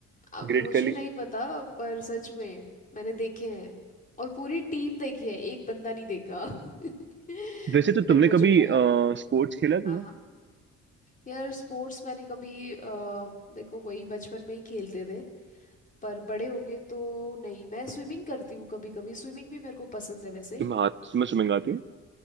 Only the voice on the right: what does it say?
ग्रेट खली
वैसे तो
तुमने कभी
स्पोर्ट्स खेला है तुमने
तुम्हें हाथ तुम्हें स्विमिंग आती